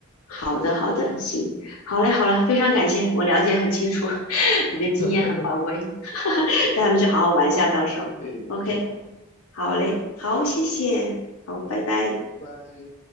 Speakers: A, on the left; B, on the left.
A: 好的好的，行，好嘞好嘞，非常感谢，我了解很清楚，<laughs>
B: 好的，
A: 你的经验很宝贵，
B: <laughs>
A: <laughs>
B: 好的，
A: 带他们去好好玩一下，
B: 好的，
A: 到时候，OK，
B: 对，挺好的。
A: 好嘞，好，谢谢，
B: 好，
A: 好，拜拜。
B: 拜拜。